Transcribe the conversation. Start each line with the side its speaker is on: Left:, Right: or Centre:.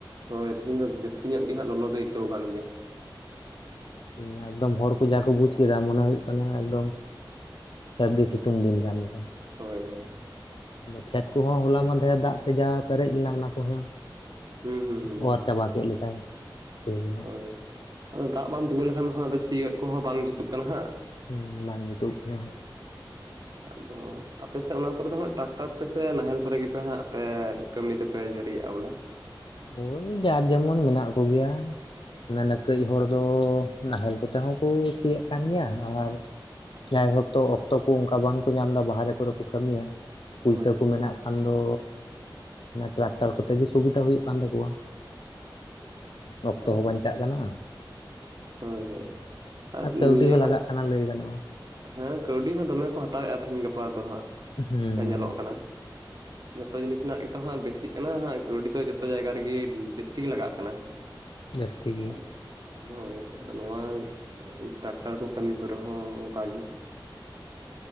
Right: ᱦᱳᱭ ᱛᱮᱦᱮᱧ ᱫᱚ ᱡᱟᱹᱥᱛᱤ ᱧᱚᱜ ᱜᱮ ᱦᱟᱸᱜ ᱞᱚᱞᱚ ᱫᱚ ᱟᱹᱭᱠᱟᱹᱣ ᱠᱟᱱ ᱜᱮᱭᱟ ᱾
Left: ᱦᱮᱸ ᱮᱠᱫᱚᱢ ᱦᱚᱲ ᱠᱚ ᱡᱟᱠᱚ ᱵᱩᱡᱽ ᱠᱮᱫᱟ ᱢᱚᱱᱮ ᱦᱩᱭᱩᱜ ᱠᱟᱱᱟ ᱮᱠᱫᱚᱢ ᱥᱟᱹᱨᱫᱤ ᱥᱤᱛᱩᱝ ᱫᱤᱱ ᱠᱟᱱ ᱞᱮᱠᱟ ᱾
Right: ᱦᱳᱭ ᱦᱳᱭ᱾
Left: ᱟᱫᱚ ᱠᱷᱮᱛ ᱠᱚᱦᱚᱸ ᱦᱚᱞᱟ ᱢᱟᱫᱷᱮᱨ ᱫᱟᱜ ᱛᱮ ᱡᱟ ᱯᱮᱨᱮᱡ ᱞᱮᱱᱟ ᱚᱱᱟ ᱠᱚᱦᱚᱸ ᱦᱮᱸ
Right: ᱦᱩᱸ ᱦᱩᱸ ᱦᱩᱸ
Left: ᱚᱣᱟᱨ ᱪᱟᱵᱟ ᱠᱮᱫ ᱞᱮᱠᱟᱭ ᱫᱚ
Right: ᱦᱳᱭ ᱟᱫᱚ ᱫᱟᱜ ᱵᱟᱢ ᱛᱤᱸᱜᱩ ᱞᱮᱠᱷᱟᱱ ᱦᱚᱸ ᱟᱫᱚ ᱥᱤᱭᱚᱜ ᱠᱚᱦᱚᱸ ᱵᱟᱝ ᱡᱩᱛᱩᱜ ᱠᱟᱱᱟ ᱦᱟᱸᱜ ᱾
Left: ᱦᱮᱸ ᱵᱟᱝ ᱡᱩᱛᱩᱜ ᱠᱟᱱᱟ᱾
Right: ᱟᱫᱚ ᱟᱯᱮ ᱥᱮᱫ ᱚᱱᱟ ᱠᱚᱨᱮ ᱫᱚ ᱦᱟᱸᱜ ᱴᱟᱠᱴᱟᱨ ᱛᱮᱥᱮ ᱱᱟᱦᱮᱞ ᱠᱚᱨᱮ ᱜᱮᱯᱮ ᱦᱜ ᱯᱮ ᱠᱟᱹᱢᱤ ᱫᱚᱯᱮ ᱡᱟᱹᱨᱤᱭᱟᱜᱼᱟ ᱵᱚᱞᱮ?
Left: ᱳᱭ ᱡᱟᱨ ᱡᱮᱢᱚᱱ ᱢᱮᱱᱟᱜ ᱠᱚᱜᱮᱭᱟ᱾ ᱢᱮᱱᱮ ᱠᱟᱹᱡ ᱦᱚᱲ ᱫᱚ ᱱᱟᱦᱮᱞ ᱠᱚᱛᱮ ᱦᱚᱸᱠᱚ ᱥᱤᱭᱮᱫ ᱠᱟᱱ ᱜᱮᱭᱟ ᱟᱨ ᱡᱟᱭ <unintelligible> ᱚᱠᱛᱚ ᱠᱚ ᱚᱱᱠᱟ ᱵᱟᱝᱠᱚ ᱧᱟᱢ ᱮᱟ ᱵᱟᱦᱨᱮ ᱠᱚᱨᱮ ᱠᱚ ᱠᱟᱹᱢᱤᱭᱟ᱾ ᱯᱩᱭᱥᱟᱹ
Right: ᱦᱳᱭ ᱦᱳᱭ
Left: ᱠᱚ ᱢᱮᱱᱟᱜ ᱠᱷᱟᱱ ᱫᱚ ᱴᱨᱟᱠᱴᱟᱨ ᱠᱚᱛᱮ ᱜᱮ ᱥᱩᱵᱤᱫᱟ ᱦᱩᱭᱩᱜ ᱠᱟᱱ ᱛᱟᱠᱚᱣᱟ᱾ ᱚᱠᱛᱚ
Right: ᱦᱳᱭ
Left: ᱦᱚᱸ ᱵᱟᱧᱪᱟᱜ ᱠᱟᱱᱟ᱾
Right: ᱦᱳᱭ ᱦᱳᱭ ᱟᱨ
Left: ᱠᱟᱹᱣᱰᱤ
Right: ᱱᱤᱭᱟᱹ
Left: ᱦᱚᱸ ᱞᱟᱜᱟᱜ ᱠᱟᱱᱟ ᱞᱟᱹᱭ ᱜᱟᱱᱚᱜᱼᱟ
Right: ᱦᱮᱸ ᱠᱟᱹᱣᱰᱤ ᱦᱚᱸ ᱫᱚᱢᱮ ᱠᱚ ᱦᱟᱛᱟᱣᱮᱫᱼᱟ ᱛᱤᱦᱤᱧ ᱜᱟᱯᱟ ᱫᱚ ᱦᱟᱸᱜ᱾
Left: ᱦᱩᱸᱻ
Right: ᱡᱟ ᱧᱮᱞᱚᱜ ᱠᱟᱱᱟ ᱡᱚᱛᱚ ᱡᱤᱱᱤᱥ ᱨᱮᱱᱟᱜ ᱜᱮᱛᱚ ᱦᱟᱸᱜ ᱵᱮᱥᱤ ᱠᱟᱱᱟ ᱦᱟᱜ ᱠᱟᱹᱣᱰᱤ ᱫᱚ ᱡᱚᱛᱚ ᱡᱟᱭᱜᱟ ᱨᱮᱜᱮ ᱡᱟᱹᱥᱛᱤ ᱜᱮ ᱞᱟᱜᱟᱜ ᱠᱟᱱᱟ᱾
Left: ᱡᱟᱹᱥᱛᱤ ᱜᱮ
Right: ᱟᱫᱚ ᱦᱳᱭ ᱟᱫᱚ ᱱᱚᱣᱟ ᱴᱨᱟᱠᱴᱟᱨ ᱠᱚ ᱠᱟᱹᱢᱤ ᱠᱚᱨᱮᱦᱚᱸ ᱚᱱᱠᱟ ᱜᱮ᱾